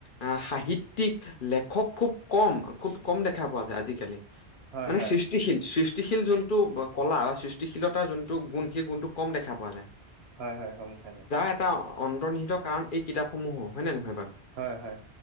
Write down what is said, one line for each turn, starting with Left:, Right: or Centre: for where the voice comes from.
Left: আ, সাহিত্যিক লেখক খুব কম, খুব কম দেখা পোৱা যায় আজিকালি।
Right: হয়
Left: মানে
Right: হয় হয়
Left: সৃষ্টিশীল, সৃষ্ট সৃষ্টিশীল যোনটো ব-কলা, বা সৃষ্টিশীলতাৰ যোনটো গুণ, সেই গুণটো কম দেখা পোৱা যায়।
Right: হয় হয় কম দেখা যায়।
Left: যাৰ এটা অন্তৰ্নিহিত কাৰণ এই কিতাপসমূহো, হয় নে নহয়?।
Right: হয় হয়।